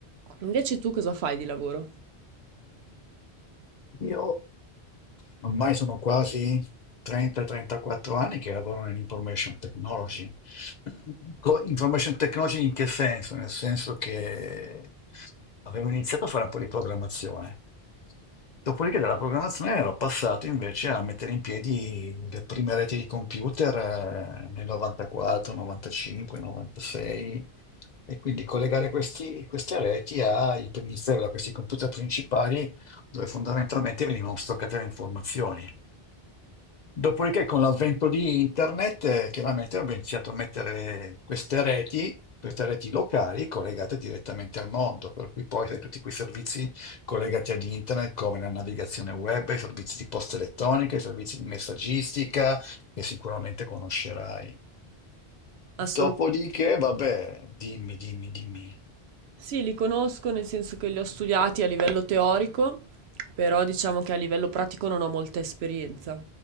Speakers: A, on the right; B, on the left.
A: Invece tu cosa fai di lavoro?
B: Io ormai sono quasi 30-34 anni che lavoro nell'information technology. Co- Information technology in che senso? Nel senso che avevo iniziato a fare un po' di programmazione. Dopodiché dalla programmazione ero passato invece a mettere in piedi le prime reti di computer eh, nel 94, 95, 96 e quindi collegare questi- queste reti ai primi server, a questi computer principali dove fondamentalmente venivano stoccate le informazioni. Dopodiché con l'avvento di internet eh, chiaramente ho iniziato a mettere queste reti, queste reti locali collegate direttamente al mondo, per cui poi sai, tutti quei servizi Collegati ad internet come la navigazione web, i servizi di posta elettronica, i servizi di messaggistica che sicuramente conoscerai.
A: Assolutamente.
B: Dopodiché, vabbè, dimmi, dimmi, dimmi.
A: Sì, li conosco nel senso che li ho studiati a livello teorico, però diciamo che a livello pratico non ho molta esperienza.